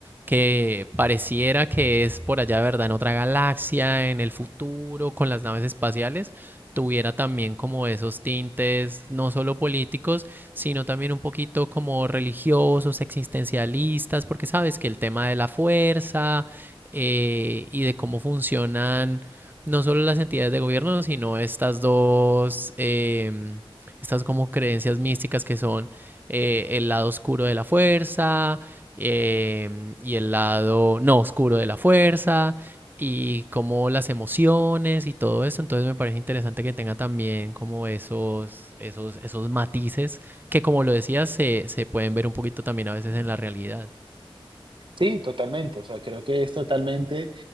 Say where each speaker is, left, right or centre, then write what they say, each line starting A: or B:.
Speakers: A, on the right; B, on the right.
A: que pareciera que es por allá, ¿verdad? En otra galaxia, en el futuro, con las naves espaciales, tuviera también como esos tintes, no solo políticos, sino también un poquito como religiosos, existencialistas, porque sabes que el tema de la fuerza eh, y de cómo funcionan no solo las entidades de gobierno, sino estas dos... em, estas como creencias místicas que son eh, el lado oscuro de la fuerza eh, y el lado no oscuro de la fuerza y como las emociones y todo eso. Entonces me parece interesante que tenga también como esos, esos, esos matices que como lo decías se, se pueden ver un poquito también a veces en la realidad.
B: Sí, totalmente. O sea, creo que es totalmente.